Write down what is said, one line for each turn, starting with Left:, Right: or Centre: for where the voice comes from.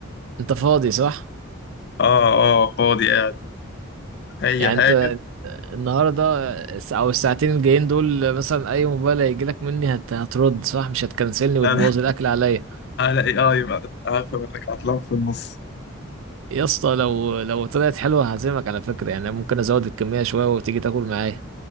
Right: أنت فاضي صح؟
Left: اه اه فاضي قاعد اي
Right: يعني
Left: حاجة
Right: أنت النهاردة الس- أو الساعتين الجايين دول مثلا أي موبايل هيجيلك مني هت- هترد صح؟ مش هتكنسلني
Left: لا
Right: وتبوظ
Left: لا
Right: الأكل عليا
Left: على اي اي بقى عارف انك عطلان في النص
Right: يا اسطى لو لو طلعت حلوة هعزمك على فكرة يعني ممكن أزود الكمية شوية وتيجي تاكل معايا